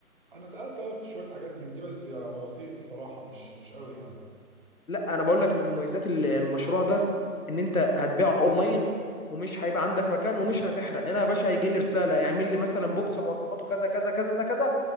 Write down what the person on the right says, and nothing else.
أنا سألت اه في شوية حاجات من دي بس يعني على بسيط الصراحة مش مش قوي يعني